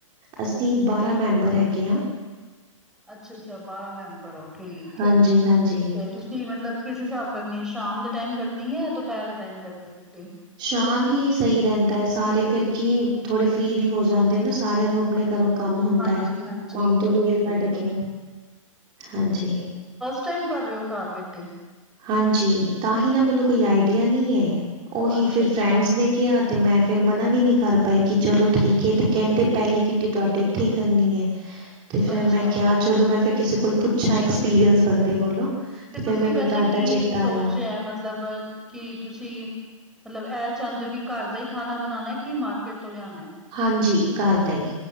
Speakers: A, on the right; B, in the centre.
A: ਅਸੀਂ ਬਾਰਾਂ ਮੈਂਬਰ ਹੈਗੇ ਹਾਂ
B: ਅੱਛਾ ਅੱਛਾ ਬਾਰਾਂ ਮੈਂਬਰ ਹੋ ਠੀਕ
A: ਹਾਂਜੀ-ਹਾਂਜੀ।
B: ਹੈ ਤੇ ਤੁਸੀਂ ਮਤਲਬ ਕਿਸ ਹਿਸਾਬ ਕਰਨੀ ਹੈ ਸ਼ਾਮ ਦੇ ਟਾਈਮ ਕਰਨੀ ਹੈ ਜਾਂ ਦੁਪਹਿਰ ਦੇ ਟਾਈਮ ਕਰਨੇ ਹੈ ਕਿੱਟੀ
A: ਸ਼ਾਮ ਹੀ ਸਹੀ ਰਹਿੰਦਾ ਹੈ ਸਾਰੇ ਫਿਰ ਕੀ ਥੋੜੇ ਫ੍ਰਰੀ ਵੀ ਹੋ ਜਾਂਦੇ ਨਾ ਸਾਰਿਆਂ ਨੂੰ ਆਪਣੇ ਘਰੋਂ ਕੰਮ ਹੁੰਦਾ
B: ਹਾਂਜੀ
A: ਹੈ
B: ਹਾਂਜੀ
A: ਕੰਮ ਤੋਂ
B: ਬਿਲਕੁਲ
A: ਵੇਹਲ
B: ਬਿਲਕੁਲ
A: ਕੱਢ ਕੇ ਹਾਂਜੀ
B: ਕਿਸ ਟਾਈਮ ਕਰ ਰਹੇ ਹੋ ਘਰ ਕਿਟੀ
A: ਹਾਂਜੀ ਤਾਂ ਹੀ ਨਾ ਮੈਨੂੰ ਕੋਈ ਆਈਡੀਆ ਨਹੀਂ ਹੈ ਉਹੀ
B: ਅੱਛਾ
A: ਫਿਰ
B: ਅੱਛਾ
A: ਫਰੈਂਡਸ ਨੇ ਕਿਹਾ ਤੇ ਮੈਂ ਫੇਿਰ ਮਨਾ ਵੀ ਨਹੀਂ ਕਰ ਪਾਈ ਕਿ ਚਲੋ ਠੀਕ ਹੈ ਤੇ ਕਹਿੰਦੇ ਪਹਿਲੀ ਕਿੱਟੀ ਤੁਹਾਡੇ ਇੱਥੇ ਹੀ ਕਰਨੀ ਹੈ ਤੇ ਫੇਿਰ
B: ਅੱਛਾ
A: ਮੈਂ ਕਿਹਾ ਚਲੋ ਮੈਂ ਫ ਕਿਸੇ ਕੋਲ ਪੁੱਛਾਂ ਐਕਸਪੀਰੀੰਸ ਬੰਦੇ ਕੋਲੋਂ
B: ਤੇ
A: ਫਿਰ
B: ਤੁਸੀਂ
A: ਮੈਨੂੰ
B: ਵੈਸੇ
A: ਤੁਹਾਡਾ
B: ਕੀ
A: ਚੇਤਾ
B: ਸੋਚਿਆ
A: ਆਇਆ।
B: ਮਤਲਬ ਕਿ ਤੁਸੀਂ ਮਤਲਬ ਇਹ ਚਾਹੁੰਦੇ ਹੋ ਕਿ ਘਰ ਦਾ ਹੀ ਖਾਣਾ ਬਣਾਉਣਾ ਕਿ ਮਾਰਕੀਟ ਤੋਂ ਲਿਆਉਣਾ ਹੈ
A: ਹਾਂਜੀ ਘਰ ਦਾ ਹੀ